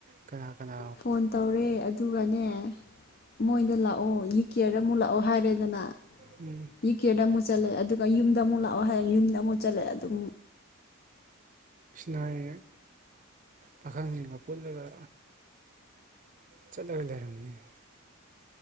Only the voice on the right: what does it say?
ꯀꯅꯥ ꯀꯅꯥ
ꯎꯝ
ꯅꯔꯤ ꯄꯥꯈꯪꯁꯤꯡꯒ ꯄꯨꯠꯂꯒ ꯆꯠꯂ ꯂꯩꯔꯝꯃꯤꯅꯤ